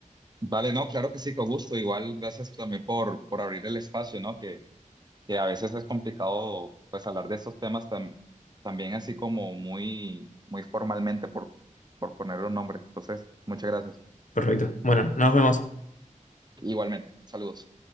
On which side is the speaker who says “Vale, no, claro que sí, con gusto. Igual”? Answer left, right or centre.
Right